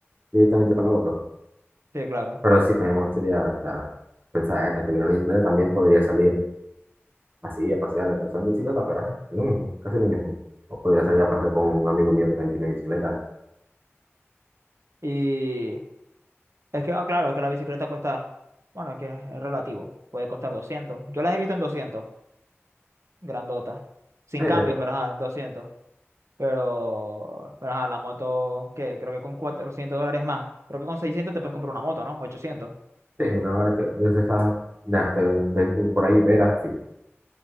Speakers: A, on the right; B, on the right.
A: directamente para la moto.
B: Sí, claro.
A: Pero sí, también me gustaría, o sea, pensar, "Ah, esta, tuviera una bicicleta, también podría salir. así, a pasear, que son en bicicleta, pero ajá, es lo mismo, casi lo mismo. O podría salir a pasear con un amigo mío que también tiene bicicleta.
B: Y es que, ah, claro, es que la bicicleta cuesta, bueno, es que es relativo. Puede costar doscientos Yo las he visto en doscientos grandotas. Sin
A: Eh,
B: cambios,
A: eh,
B: pero ajá, 200. Pero, pero ajá, la moto, ¿qué? Creo que con 400 dólares más. Creo que con 600 te puedes comprar una moto, ¿no? ochocientos
A: sí, una hora de de esas, de las que ven tú por ahí, veras, sí.